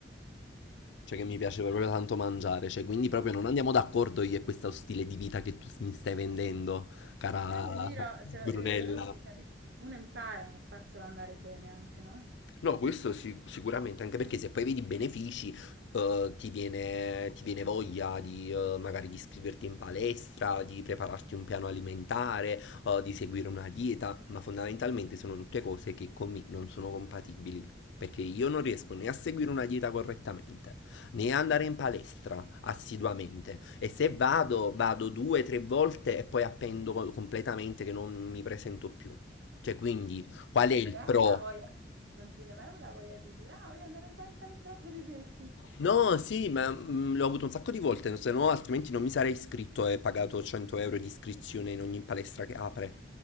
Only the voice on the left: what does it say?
Cioè che mi piace proprio tanto mangiare, cioè quindi proprio non andiamo d'accordo io e questo stile di vita che tu mi stai vendendo, cara
Brunella.
No, questo sic- sicuramente, anche perché se poi vedi i benefici, eh, ti viene, ti viene voglia di eh, magari di iscriverti in palestra, di prepararti un piano alimentare, eh, di seguire una dieta, ma fondamentalmente sono tutte cose che con me non sono compatibili, perché io non riesco né a seguire una dieta correttamente, né a andare in palestra assiduamente, e se vado, vado due, tre volte e poi appendo completamente che non mi presento più. Cioè, quindi, qual
è
il
pro?
No, sì, ma mm, l'ho avuto un sacco di volte, se no altrimenti non mi sarei iscritto e pagato 100 euro di iscrizione in ogni palestra che apre.